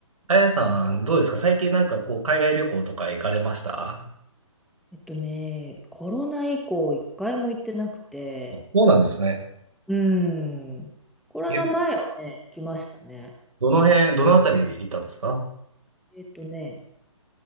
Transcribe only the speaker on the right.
あやさん、どうですか最近なんかこう、海外旅行とか行かれました
そうなんですね。
え、
どの辺、どのあたり行ったんですか